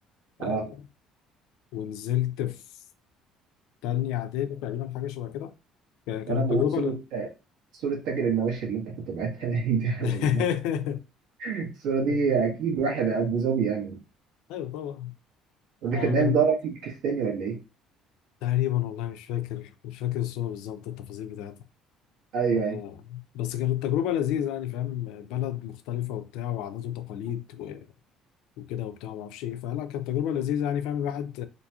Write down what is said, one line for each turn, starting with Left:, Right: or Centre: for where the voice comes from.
Left: آه،
Right: أه
Left: ونزلت في تانية إعدادي تقريبا حاجة شبه كده ك- كانت
Right: وأنا بقول
Left: تجربة
Right: صورة
Left: لا
Right: صورة تاجر المواشي اللي أنت كنت بعتها لي دي على
Left: <laughs>
Right: ال- <laughs> الصورة
Left: آه،
Right: دي أكيد واحد أبو ظبي يعني
Left: أيوه طبعا
Right: يقول
Left: آه،
Right: لك إن
Left: كانت
Right: هي مدور أكل باكستاني ولا إيه؟
Left: تقريبا والله مش فاكر مش فاكر الصورة بالظبط التفاصيل بتاعتها
Right: أيوه
Left: آه،
Right: أيوه
Left: بس كانت تجربة لذيذة يعني فاهم بلد مختلفة وبتاع وعادات وتقاليد وكده وبتاع ما اعرفش ايه فلا كانت تجربه لذيذه يعني فاهم الواحد